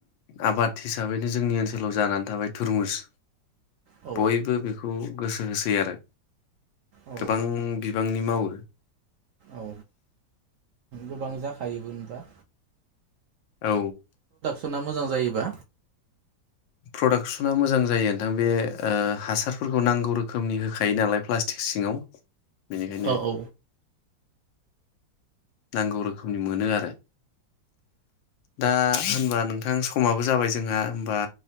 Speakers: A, on the left; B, on the right.
A: आबाद हिसाबैनो जोंनि ओनसोलाव जानानै थाबाय थुरमुस।
B: औ
A: बयबो बे खौ गोसो होसै आरो।
B: औ
A: गोबां बिब रांनि मावो।
B: औ गोबां जाखायोबोमोनबा।
A: औ।
B: सोना मोजां जायोबा।
A: प्रडाक्सना मोजां जायो नोंथां बे ओ हासारफोरखौ नांगौ रोखोमनि होखायो नालाय प्लास्टिक सिङाव। बेनिखायनो।
B: औ औ
A: नांगौ रोखोमनि मोनो आरो। दा होनबा नोंथां समाबो जाबाय जोंहा होमबा